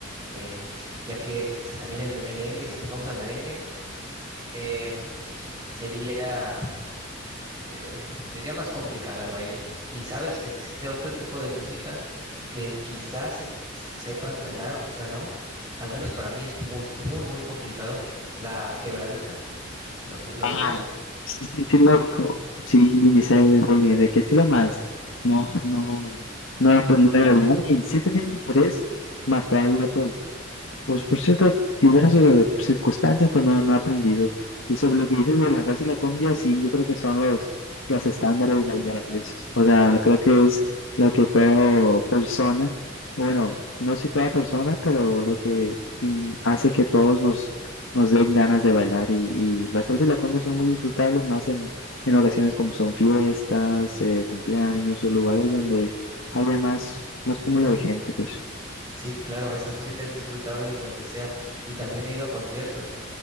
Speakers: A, on the right (about 20°); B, on the left (about 80°).
A: eh, ya que si también el merengue, si nos vamos al merengue, eh, sería eh, sería más complicado el baile. Y sabes, existe otro tipo de música que quizás se- sepas bailar o quizá no. Al menos para mí es muy, muy, muy complicado. La quebradita, ¿lo, cu- lo
B: Ah,
A: ubicas?
B: Sí, sí, sí, lo ubico. Sí, sé de, de qué estilo más. No, no,
A: Sí,
B: no aprendí
A: hola.
B: a bailar y sí tenía el interés, más todavía pues Pues por ciertas diversas eh, circunstancias, pues no, no he aprendido. Y sobre lo que dices de la salsa y la cumbia, sí, yo creo que son los, los estándares bailables. O sea, creo que es lo que toda persona, o bueno, no si toda persona, pero lo que in- hace que todos nos, nos den ganas de bailar. Y, y la salsa y la cumbia son muy disfrutables, más en, en ocasiones como son fiestas, eh, cumpleaños o lugares donde haya más, más cúmulo de gente, pues.
A: Sí, claro, esa música es disfrutable en donde sea. Y también he ido a conciertos.